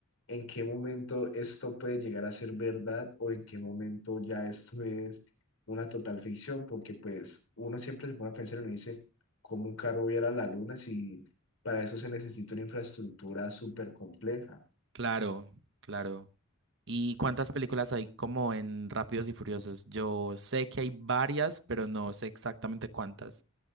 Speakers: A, on the left; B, on the right.
A: ¿en qué momento esto puede llegar a ser verdad o en qué momento ya esto es una total ficción? Porque pues uno siempre se pone a pensar y uno dice, ¿cómo un carro viera la luna si para eso se necesita una infraestructura súper compleja?
B: claro, claro. ¿Y cuántas películas hay como en Rápidos y Furiosos? Yo sé que hay varias, pero no sé exactamente cuántas.